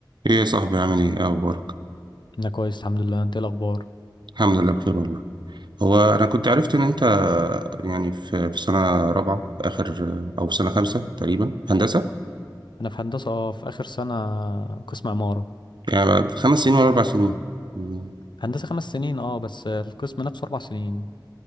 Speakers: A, on the right; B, on the left.
A: ايه يا صاحبي عامل ايه إيه اخبارك
B: انا كويس الحمد لله انت إيه الاخبار
A: الحمد لله بخير والله هو انا كنت عرفت ان انت يعني في في سنه رابعه في اخر او في سنه خمسه تقريبا هندسه
B: انا في هندسه اه في اخر سنه قسم عماره
A: يعني بعد خمس سنين ولا اربع سنين مم.
B: هندسه خمس سنين اه بس القسم نفسه اربع سنين